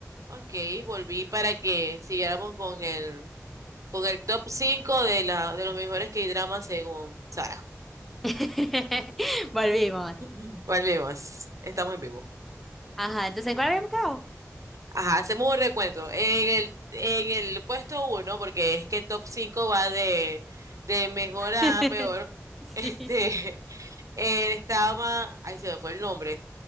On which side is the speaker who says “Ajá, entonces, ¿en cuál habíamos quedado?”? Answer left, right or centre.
Centre